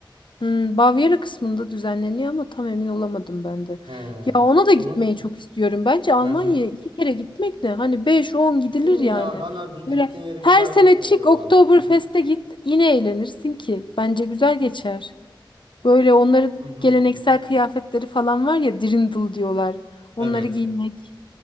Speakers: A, on the left; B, on the right.
A: Hmm, Bavyera kısmında düzenleniyor ama tam emin olamadım ben de.
B: He.
A: Ya ona da
B: Onun
A: gitmeyi
B: ta-
A: çok istiyorum. Bence Almanya'ya
B: Hı hı.
A: iki kere gitmek de hani beş on gidilir
B: Değil mi
A: yani.
B: ya? Bana bir gittiğin
A: Böyle
B: yere
A: her
B: bir daha
A: sene
B: gitme
A: çık
B: diyorlar.
A: Oktoberfest'e
B: Hı hı.
A: git yine eğlenirsin ki. Bence güzel geçer. Böyle onların
B: Hı hı.
A: geleneksel
B: Hı hı.
A: kıyafetleri falan var ya dirndl diyorlar. Onları
B: Evet.
A: giymek